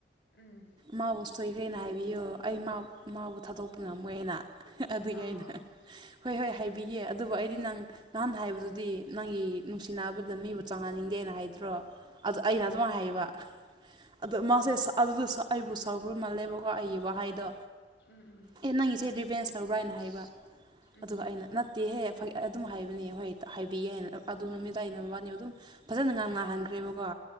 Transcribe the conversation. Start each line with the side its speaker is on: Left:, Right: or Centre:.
Left: ꯎꯝ
Right: ꯃꯥꯕꯨ ꯁꯣꯛꯈ꯭ꯔꯦꯅ ꯍꯥꯏꯕꯤꯌꯨ ꯑꯩ ꯃꯥꯕꯨ ꯊꯥꯗꯣꯛꯄ ꯉꯝꯃꯣꯏ ꯍꯥꯏꯅ ꯑꯗꯨꯒꯤ
Left: ꯑꯣ
Right: ꯑꯩꯅ ꯍꯣꯏ ꯍꯣꯏ ꯍꯥꯏꯕꯤꯒꯦ ꯑꯗꯨꯕꯨ ꯑꯩꯗꯤ ꯅꯪ ꯅꯍꯥꯟ ꯍꯥꯏꯕꯗꯨꯗꯤ ꯅꯪꯒꯤ ꯅꯨꯡꯁꯤꯅꯕꯗ ꯃꯤꯕꯨ ꯆꯪꯍꯟꯅꯤꯡꯗꯦꯅ ꯍꯥꯏꯗ꯭ꯔꯣ ꯫ ꯑꯗ ꯑꯩꯅ
Left: ꯎꯝ
Right: ꯑꯗꯨꯝ
Left: ꯎꯝ
Right: ꯍꯥꯏꯕ ꯑꯗꯣ ꯃꯥꯁꯦ
Left: ꯑꯣ
Right: ꯑꯗꯨꯗ ꯑꯩꯕꯨ ꯁꯦꯜꯞ ꯒ꯭ꯔꯨꯞ ꯃꯥꯜꯂꯦꯕꯀꯣ ꯑꯩꯒꯤ ꯋꯥꯍꯩꯗꯣ
Left: ꯎꯝ ꯎꯝ
Right: ꯑꯦ ꯅꯪꯒꯤꯁꯦ ꯔꯤꯚꯦꯟꯁ ꯇꯧꯕ꯭ꯔꯥ ꯍꯥꯏꯅ ꯍꯥꯏꯕ
Left: ꯎꯝ
Right: ꯑꯗꯨꯒ ꯑꯩꯅ ꯏꯦꯍꯦ ꯑꯗꯨꯝ ꯍꯥꯏꯕꯅꯦ ꯍꯣꯏ ꯍꯥꯏꯕꯤꯌꯦ ꯍꯥꯏꯅ ꯑꯗꯨ ꯅꯨꯃꯤꯗꯥꯡꯏꯩꯅ ꯋꯥꯅꯤ ꯑꯗꯨꯝ ꯐꯖꯅ ꯉꯥꯡꯅꯥꯍꯟꯈ꯭ꯔꯦꯕꯀꯣ